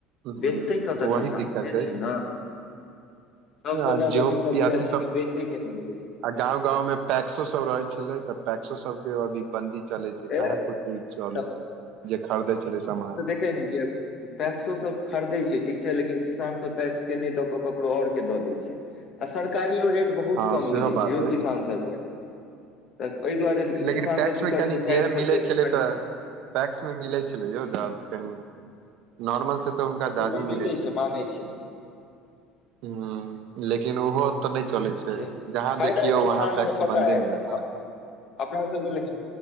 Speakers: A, on the right; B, on the left.
A: हूं,
B: बेचतै कतऽ
A: वही
B: किसान
A: दिक्कत
B: सेे
A: अछि
B: छैय न। सबसे
A: आ
B: ज्यादा
A: जेहो
B: दिक्कत इएह
A: अथी
B: छैय
A: सब
B: कि बेचै के नहि मिले छैय।
A: आ गांव गांव में पैक्सो सब रहे छले तऽ पैक्सो सब के अभी बन्दी चले छैय कहाँ
B: ए
A: कुछ चले
B: तऽ
A: छैय जे खरीदे छले सामान
B: के नहि छैब। पैक्सो सब खरीदे छै ठीक छै लेकिन किसान सब पैक्स के नहि द के ककरो और के द दय छै। छै आ सरकारियो रेट बहुत
A: हँ
B: कम
A: सेहो
B: मिलै
A: बात
B: छै यौ
A: अछि
B: किसानसभके। तऽ एहि दुआरे
A: लेकिन
B: किसानसभ
A: पैक्स
B: की
A: मे
B: करै
A: कनि
B: छै साइड
A: जे
B: सँ
A: मिलै
B: खेत
A: छलै
B: कनि।
A: तऽ पैक्स में मिलै छलै यो ज्यादा कनि नॉर्मल से तऽ हुनका
B: हँ से
A: जादे
B: तऽ मिले
A: मिलै
B: छैय मानै छी।
A: हूं लेकिन ओहो तऽ नहि चलै छैय
B: छै
A: जहाँ
B: फायदा
A: देखियौ
B: किसान
A: वहाँ पैक्स
B: सब पता
A: बन्दे
B: अछि
A: मिलत अहाँके।
B: अपना सब के लेकिन